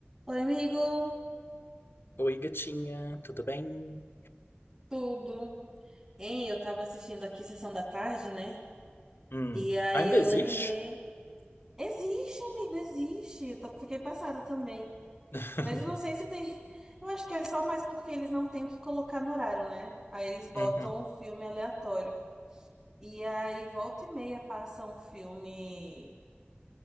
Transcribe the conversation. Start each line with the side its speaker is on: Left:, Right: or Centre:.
Right: Oi, amigo!
Left: Oi, gatinha, tudo bem?
Right: Tudo. Hein, eu tava assistindo aqui Sessão da Tarde, né?
Left: Hum,
Right: E aí
Left: ainda
Right: eu
Left: existe?
Right: lembrei. Existe, amigo, existe. Eu tô- Fiquei passada também.
Left: <laughs>
Right: Mas eu não sei se tem. <laughs> Eu acho que é só mais porque eles não têm o que colocar no horário, né? Aí eles botam
Left: Uhum.
Right: um filme aleatório. E aí volta e meia passa um filme